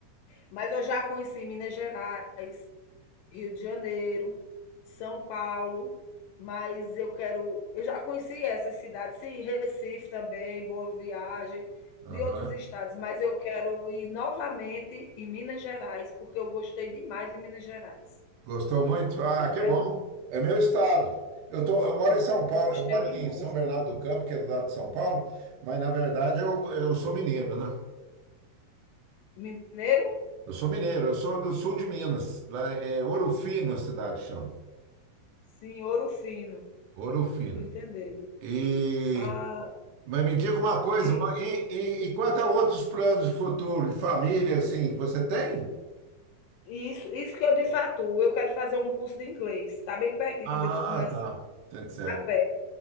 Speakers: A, on the left; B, on the right.
A: Mas eu já conheci Minas Gerais, Rio de Janeiro, São Paulo, mas eu quero. Eu já conheci essas cidades, sim, Recife também, Boa Viagem, de
B: Aham.
A: outros estados, mas eu quero ir novamente em Minas Gerais, porque eu gostei demais de Minas Gerais.
B: Gostou muito? Ah,
A: Eu
B: que
A: quero,
B: bom. É meu estado.
A: gostei,
B: Eu tô, eu moro em São Paulo,
A: gostei
B: eu moro
A: demais.
B: em São Bernardo do Campo, que é do lado de São Paulo, mas na verdade eu, eu sou mineiro, né?
A: Mineiro,
B: Eu sou mineiro, eu sou do sul de Minas, lá é Ouro Fino a cidade chama.
A: sim, ouro fino,
B: Ouro Fino.
A: tô entendendo.
B: E,
A: Ah,
B: mas me diga uma coisa,
A: de,
B: uma- e, e- e quanto a outros planos de futuro, de família, assim, que você tem?
A: isso, isso que eu disse a tu, eu quero fazer um curso de inglês, Está bem pertinho
B: Ah,
A: de eu come-
B: tá, tá certo.
A: pé.